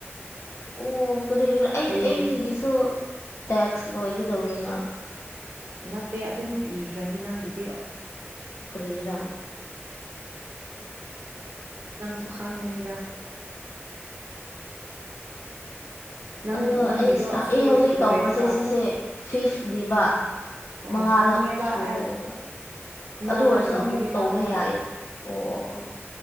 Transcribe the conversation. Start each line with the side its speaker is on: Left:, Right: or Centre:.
Left: ꯑꯣ ꯀꯔꯤꯒꯤꯔ ꯑꯩ
Right: ꯍꯌꯦꯡ
Left: ꯑꯩꯁꯤꯒꯤꯁꯨ ꯇꯦꯛꯁ ꯂꯣꯏꯒꯗꯧꯔꯦꯅ
Right: ꯅꯠꯇꯦ ꯑꯗꯨꯝ ꯄꯤꯈ꯭ꯔꯅꯤ ꯅꯪꯒꯤꯗꯤ
Left: ꯀꯔꯤꯔꯥ
Right: ꯅꯪꯁꯨ ꯈꯪꯒꯅꯤꯗ ꯅꯪ
Left: ꯑꯗꯣ
Right: ꯅꯪꯒꯤꯗꯣ
Left: ꯑꯩ ꯑꯩ
Right: ꯑꯁꯤ
Left: ꯍꯧꯖꯤꯛ
Right: ꯂꯣꯏꯔꯒ
Left: ꯇꯧꯕꯁꯦ ꯁꯤꯁꯦ ꯐꯤꯐꯅꯤꯕ
Right: ꯎꯝ ꯑꯣ
Left: ꯃꯉꯥꯔꯛ
Right: ꯈꯪꯉꯦꯕ
Left: ꯁꯨꯔꯅꯤꯕ
Right: ꯑꯩ ꯑꯅꯥꯎꯕ
Left: ꯑꯗꯨ ꯑꯣꯏꯔꯁꯨ
Right: ꯄꯤꯒꯅꯦꯕ
Left: ꯑꯃꯨꯛ ꯇꯧꯕ
Right: ꯃꯣꯏ
Left: ꯌꯥꯏ ꯑꯣ ꯑꯣ ꯑꯣ